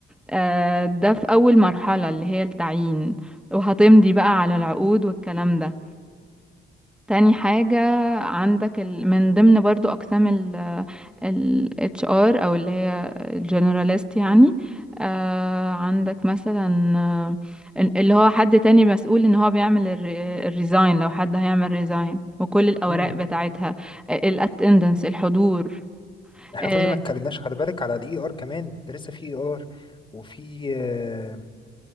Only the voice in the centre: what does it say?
آه، ده في أول مرحلة اللي هي التعيين وهتمضي بقى على العقود والكلام ده تاني حاجة عندك ال... من ضمن برضو أقسام ال ال HR أو اللي هي الجنراليست يعني آه عندك مثلا آه، ال- اللي هو حد تاني مسؤول ان هو بيعمل الريزاين لو حد هيعمل ريزاين وكل الأوراق
بتاعتها الاتندنس الحضور
آه